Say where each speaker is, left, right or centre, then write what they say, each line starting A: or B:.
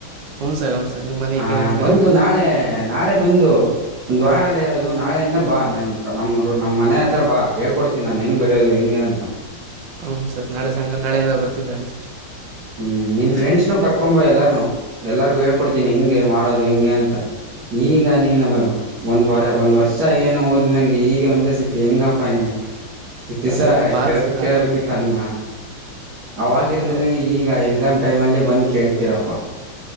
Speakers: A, on the right; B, on the right.
A: ಹನ್ ಸರ್ ಹನ್ ಸರ್ ನಿಮ್ಮ್ ಮನೆ
B: ಹಾ
A: ಈ ಕಡೆ ಹಿಂದ ಕಡೆ
B: ಬಂದು ನಾಳೆ ನಾಳೆ ಬಂದು ಒಂದ್ ವಾರ ಎಲ್ಲ ಇರೋದು ನಾಳೆಯಿಂದ ಬಾ ನ ನಮ್ಮ ನಮ್ಮ ಮನೆ ಹತ್ರ ಬಾ ಹೇಳ್ಕೊಡ್ತೀನಿ ಡ್ತಿ ನಾನ್ ಹೆಂಗ ಬರೆಯೋದು ಹೆಂಗೆ ಅಂತ
A: ಹ್ಞ ಸರ್ ನಾಳೆ ಸಂಘ ನಾಳಿಂದಾಗ ಬರ್ತೀನಿ ಸರ್
B: ಹ್ಮ್ ನಿನ್ ಫ್ರೆಂಡ್ಸ್ನು ಕರ್ಕೊಂಬ ಎಲ್ಲಾರನುೂ ಎಲ್ಲರಿಗು ಹೇಳ್ಕೊಡ್ತೀನಿ ಹೆಂಗೆ ಮಾಡೋದು ಹೆಂಗೆ ಅಂತ ಈಗ ನೀನು ಒಂದ್ ವಾರ ಒಂದ್ ವರ್ಷ ಏನು ಓದಿಲ್ಲಂಗೆ ಈಗ ಒಂದಸತಿ ಹೆಂಗಪ್ಪಾ ನೀನು
A: <inaudible>
B: ಇಸದಿವಸ
A: ಅದು ಪಾಸ್
B: ಕರೆತ ಕೇಳ್ಬೇಕಿತ್ತ
A: ಆಗಲೇಬೇಕು
B: ನನ್ನ ವಾಗಿಲ್ಲ
A: ಅದು
B: ಈಗ ಎಕ್ಸಾಮ್ ಟೈಮಲ್ಲೇ ಬಂದು ಕೇಳ್ತೀರಪ್ಪ